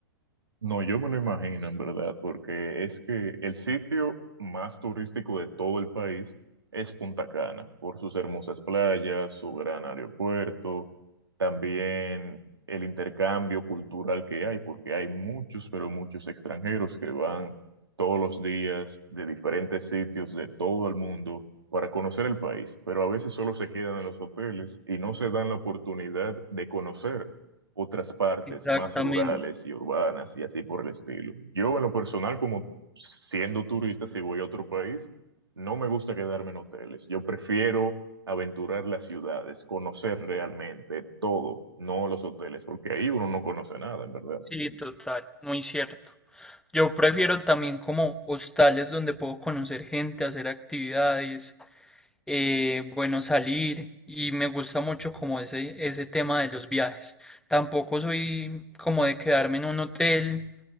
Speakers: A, on the right (about 80°); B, in the centre.
A: No, yo me lo imagino en verdad, porque es que el sitio más turístico de todo el país es Punta Cana, por sus hermosas playas, su gran aeropuerto, también el intercambio cultural que hay, porque hay muchos, pero muchos extranjeros que van todos los días de diferentes sitios de todo el mundo para conocer el país, pero a veces solo se quedan en los hoteles y no se dan la oportunidad de conocer otras partes
B: Exactamente.
A: más rurales y urbanas y así por el estilo. Yo en lo personal, como siendo turista, si voy a otro país, no me gusta quedarme en hoteles. Yo prefiero aventurar las ciudades, conocer realmente todo, no los hoteles, porque ahí uno no conoce nada, en verdad.
B: Sí, total, muy cierto. Yo prefiero también como hostales donde puedo conocer gente, hacer actividades, eh, bueno, salir y me gusta mucho como ese, ese tema de los viajes. Tampoco soy como de quedarme en un hotel